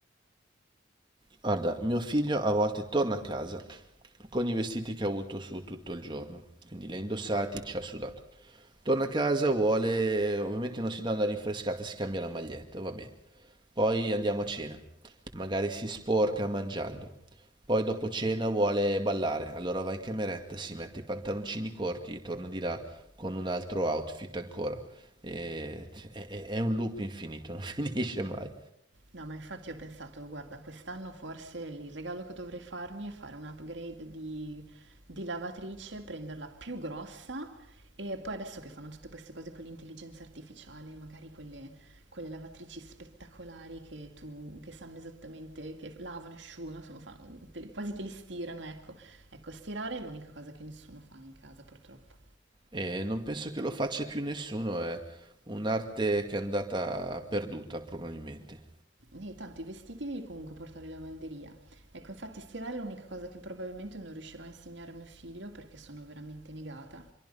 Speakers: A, on the right; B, on the right.
A: Guarda, mio figlio a volte torna a casa con i vestiti che ha avuto su tutto il giorno, quindi li ha indossati, ci ha sudato. Torna a casa, vuole, ovviamente non si dà una rinfrescata, si cambia la maglietta, va bene. Poi andiamo a cena, magari si sporca mangiando. Poi dopo cena vuole ballare, allora va in cameretta, si mette i pantaloncini corti, torna di là con un altro outfit ancora. E- è, è- è un loop infinito, non <laughs> finisce mai.
B: No, ma infatti ho pensato, guarda, quest'anno forse il regalo che dovrei farmi è fare un upgrade di, di lavatrice, prenderla più grossa e poi adesso che fanno tutte queste cose con l'intelligenza artificiale, magari quelle, quelle lavatrici spettacolari che, tu, che sanno esattamente, che lavano, asciugano, insomma, fanno- te- quasi te li stirano, ecco. Ecco, stirare è l'unica cosa che nessuno fa in casa purtroppo.
A: E non penso che lo faccia più nessuno, è un'arte che è andata perduta probabilmente.
B: E tanto i vestiti devi comunque portare in lavanderia. Ecco, infatti stirare è l'unica cosa che probabilmente non riuscirò a insegnare a mio figlio perché sono veramente negata.